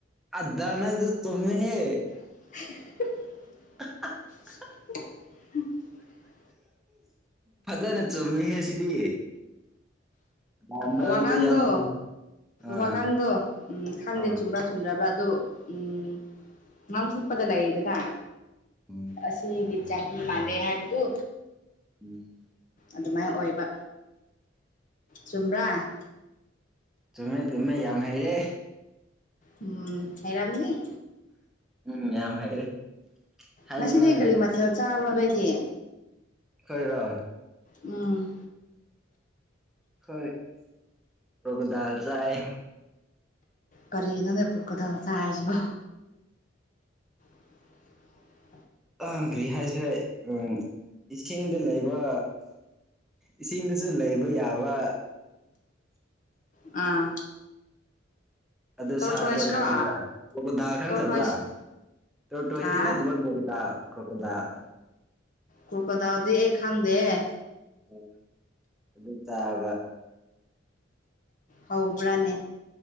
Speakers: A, in the centre; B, on the left (about 40°).
A: ꯑꯗ ꯅꯪꯁꯨ ꯆꯨꯝꯃꯦꯍꯦ
B: <unintelligible>
A: <unintelligible>
B: <unintelligible>
A: ꯐꯖꯅ ꯆꯨꯝꯃꯤꯍꯦ ꯁꯤꯗꯤ ꯌꯥꯝꯕ
B: ꯋꯥꯉꯥꯡꯗꯣ
A: ꯑꯝꯇ ꯌꯥꯝꯗ꯭ꯔꯤ ꯑꯥ
B: ꯋꯥꯉꯥꯡꯗꯣ ꯎꯝ ꯈꯥꯡꯗꯦ
A: ꯑꯥ
B: ꯆꯨꯝꯕ꯭ꯔꯥ ꯆꯨꯝꯗ꯭ꯔꯕ ꯑꯗꯨ ꯎꯝ ꯉꯥꯡꯊꯣꯛꯄꯗ ꯂꯩꯌꯦꯗꯅ
A: ꯎꯝ
B: ꯑꯁꯤꯒꯤ ꯆꯍꯤ ꯃꯥꯟꯂꯦ ꯍꯥꯏꯕꯗꯨ
A: ꯎꯝ
B: ꯑꯗꯨꯃꯥꯏꯅ ꯑꯣꯏꯕ ꯆꯨꯝꯕꯔꯥ
A: ꯆꯨꯝꯃꯦ ꯇꯨꯝꯃꯦ ꯌꯥꯝ ꯍꯩꯔꯦ
B: ꯎꯝ ꯍꯩꯔꯝꯅꯤ
A: ꯎꯝ ꯌꯥꯝ ꯍꯩꯔꯦ ꯍꯥꯏꯅꯤꯡꯉꯥꯏ
B: ꯉꯁꯤꯗꯤ ꯀꯔꯤ
A: ꯂꯩ
B: ꯃꯊꯦꯜ ꯆꯥꯔꯕ ꯅꯣꯏꯗꯤ
A: ꯑꯩꯔꯣ
B: ꯎꯝ
A: ꯈꯣꯏ ꯀꯣꯀꯣꯗꯥꯏꯜ ꯆꯥꯏꯌꯦ
B: ꯀꯔꯤꯅꯣꯅꯦ ꯀꯣꯀꯣꯗꯏꯜ ꯆꯥꯏ ꯍꯥꯏꯁꯤꯕꯣ <inaudible>
A: ꯑ ꯀꯔꯤ ꯍꯥꯏꯁꯤꯔ ꯑꯝ ꯏꯁꯤꯡꯗ ꯂꯩꯕ ꯏꯁꯤꯡꯗꯁꯨ ꯂꯩꯕ ꯌꯥꯕ
B: ꯑꯥ
A: ꯑꯗꯨ
B: ꯇꯣꯔꯇꯣꯏꯁꯔꯣ
A: ꯁꯥꯗꯣ ꯈꯪꯕꯔ ꯀꯣꯀꯣꯗꯥꯏꯜ ꯈꯪꯗꯕꯔꯥ
B: ꯇꯣꯔꯇꯣꯏꯁ
A: ꯇꯣꯔꯇꯣꯁꯇꯤ
B: ꯍꯥ
A: ꯅꯠꯇꯕ ꯀꯣꯀꯣ ꯀ꯭ꯔꯣꯀꯣꯗꯥꯏꯜ
B: ꯀꯣꯀꯣꯗꯥꯏꯜ ꯗꯤ ꯑꯩ ꯈꯪꯗꯦꯍꯦ
A: ꯑꯣ ꯑꯗꯨ ꯇꯥꯕ
B: ꯍꯧꯕ꯭ꯔꯥꯅꯦ